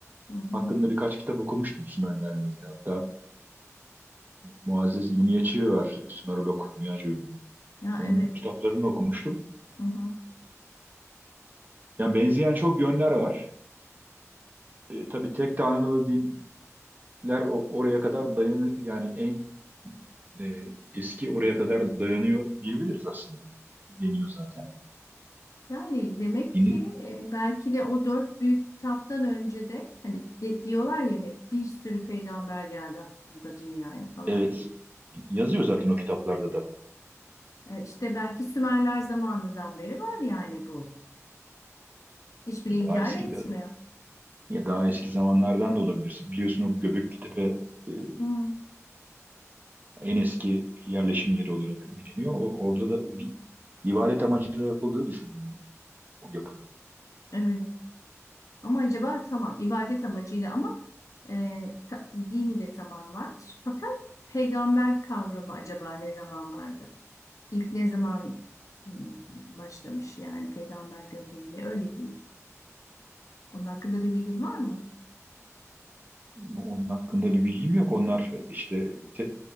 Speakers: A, on the left; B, on the right.
A: Hı hı.
B: Hakkında birkaç kitap okumuştum Sümerlerle ilgili. Hatta Muazzez İlmiye Çığ var, Sümerolog, dünyaca ünlü.
A: Ya
B: Onun
A: evet.
B: kitaplarını okumuştum.
A: Hı hı.
B: Yani benzeyen çok yönler var. E, tabii tek tanrılı dinler o- oraya kadar dayanı yani en e, eski oraya kadar dayanıyor diyebiliriz aslında. Deniyor zaten.
A: Yani demek
B: Yeni,
A: ki e, belki de o dört büyük kitaptan önce de hani de- diyorlar ya hep bir sürü peygamber geldi aslında dünyaya falan
B: evet
A: diye.
B: yazıyor zaten o kitaplarda da.
A: E, işte belki Sümerler zamanından beri var yani bu. Hiçbiri inkar
B: Daha eski
A: etmiyor.
B: de ya daha eski zamanlardan da olabilir. Biliyorsun o Göbeklitepe e,
A: Hı,
B: en eski yerleşim yeri olarak biliniyor. O- orada da bir ibadet amacıyla yapıldığı düşünülüyor o yapının.
A: evet. Ama acaba tamam ibadet amacıyla ama e, ta- din de tamam var. Fakat peygamber kavramı acaba ne zaman vardı? İlk ne zaman hmm, başlamış yani peygamber gönderilmeye öyle diyeyim. Onun hakkında bir bilgin var mı?
B: Onun hakkında bir bilgim yok. Onlar işte te,